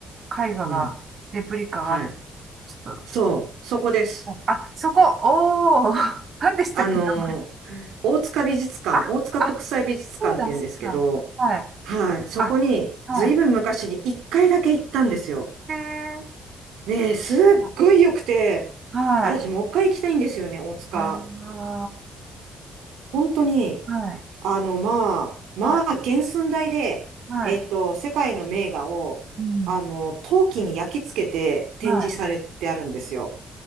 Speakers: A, on the right (about 45°); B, on the right (about 85°).
A: 絵画が、
B: うん。
A: レプリカがある。
B: はい。
A: ちょっと、
B: そう、そこです。
A: あ、あそこ、おー、<laughs> 何でしたっけ、
B: あの、
A: 名前。
B: 大塚美術館、
A: あ、
B: 大塚国際美術館っていうんですけど、
A: あ、そうだ、そうだ。はい。
B: はい、そこに随分昔に1回だけ行ったんですよ。
A: あ、はい。で、
B: ねえ、すっごい良くて、
A: あ、はい。
B: 私もう一回行きたいんですよね、大塚。
A: あ
B: 本当に、
A: ー、はい、
B: あの、まあ、まあ、
A: はい、
B: 原寸大で、
A: はい。
B: えっと、世界の名画を、
A: うん、
B: あの、陶器に焼き付けて展示されてあるんですよ。
A: はい。飛